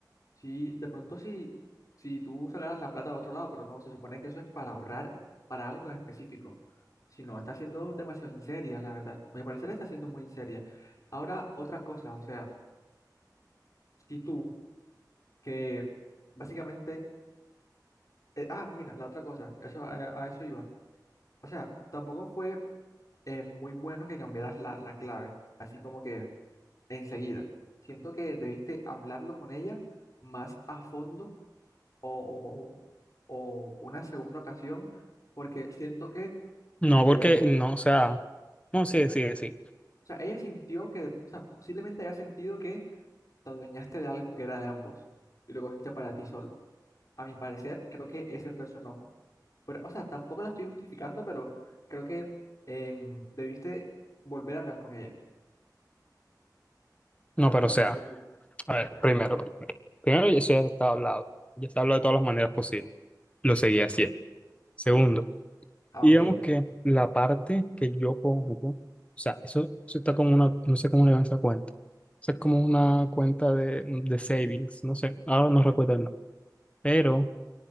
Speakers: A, on the left (about 50°); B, on the left (about 15°).
A: si de pronto si, si tú sacaras la plata de otro lado, pero no, se supone que eso es para ahorrar para algo en específico. Si no, está siendo demasiado en seria, la verdad. A mi parecer está siendo muy en seria. Ahora, otra cosa, o sea, si tú, que básicamente, eh, ah, mira, la otra cosa, eso, a a eso iba. O sea, tampoco fue eh, muy bueno que cambiaras la, la clave, así como que enseguida. Siento que debiste hablarlo con ella más a fondo o, o o una segunda ocasión, porque siento que
B: No, porque
A: ella, o
B: no, o sea, no, sí, sí, sí.
A: sea, ella sintió que, o sea, posiblemente haya sentido que te adueñaste de algo que era de ambos y lo cogiste para ti solo. A mi parecer, creo que ese fue su enojo. Pero, o sea, tampoco la estoy justificando, pero creo que em, debiste volver a hablar con ella.
B: No,
A: Al
B: pero
A: menos
B: o sea,
A: hasta que tú-
B: a ver, primero, primero. Primero, eso ya está hablado. Ya está hablado de todas las maneras posibles. lo seguía haciendo. Segundo,
A: Ah,
B: digamos
A: ok.
B: que la parte que yo pongo, o sea, eso, eso está como una, no sé cómo le llaman esa cuenta. Eso es como una cuenta de, de savings, no sé, ahora no recuerdo el nombre. Pero